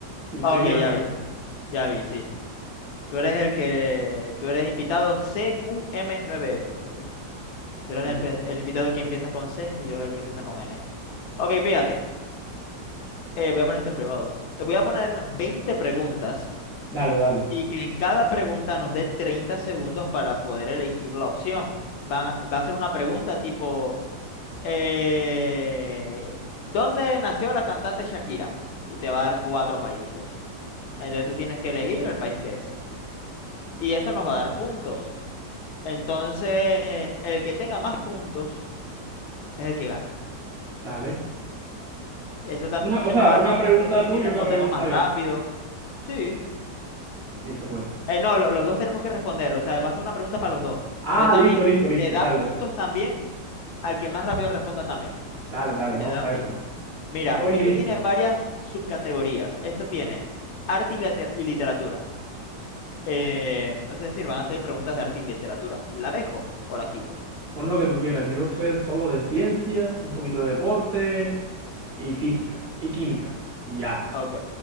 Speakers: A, on the right (about 50°); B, on the left (about 70°).
A: Sí,
B: Ah,
A: Trivia
B: ok,
A: Online.
B: ya vi, ya vi, sí. Tú eres el que, tú eres invitado cqm nueve x ok. Tú eres
A: Invi-
B: la empe- el, invitado que empieza con C y yo el que empieza con N. Ok, fíjate, eh, voy a poner esto en privado. Eh, voy a poner 20 preguntas
A: Dale, dale,
B: y que en cada pregunta nos dé 30 segundos para poder elegir la opción. Va, va a ser una pregunta tipo, eh, ¿dónde nació la cantante Shakira? Y te va a dar cuatro países. Entonces tú tienes que elegir el país que es. y eso nos va a dar puntos. Entonces, el que tenga más puntos es el que gana.
A: dale.
B: Eso también
A: Una, o sea,
B: nos va a dar
A: una
B: más
A: pregunta
B: puntos
A: tú
B: si
A: y
B: respondemos
A: una pregunta
B: más rápido.
A: yo.
B: Sí.
A: Listo, pues.
B: Eh, no, lo- los dos tenemos que responder. O sea, va a ser una pregunta para los dos.
A: Ah,
B: Entonces también
A: listo, listo, listo.
B: le da
A: Dale,
B: puntos también al que más rápido responda también.
A: dale, dale,
B: Y le
A: vamos
B: da,
A: para
B: y-
A: esa.
B: mira,
A: Estoy
B: esto
A: listo.
B: tiene varias subcategorías. Esto tiene arte y, liter- y literatura. Eh, entonces, es decir, van a ser preguntas de arte y literatura. ¿La dejo o la quito?
A: Pon lo que tú quieras. Yo sé solo de ciencia, un poquito de deporte y física y química. Y ya.
B: Ok,